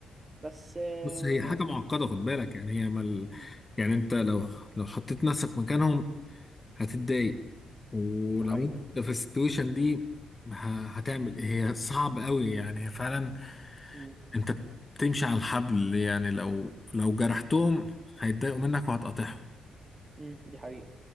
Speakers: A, on the right; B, on the left.
A: بس آه
B: بص هي حاجه معقده خد
A: بعدين.
B: بالك يعني هي مل...
A: مم.
B: يعني انت لو لو حطيت نفسك مكانهم هتتضايق ولو
A: دي حقيقة
B: انت في السيتويشن دي ه- هتعمل إيه؟ هي صعب قوي يعني هي فعلا
A: مم.
B: انت تمشي على الحبل يعني لو لو جرحتهم هيتضايقوا منك وهتقاطعهم
A: مم. دي حقيقة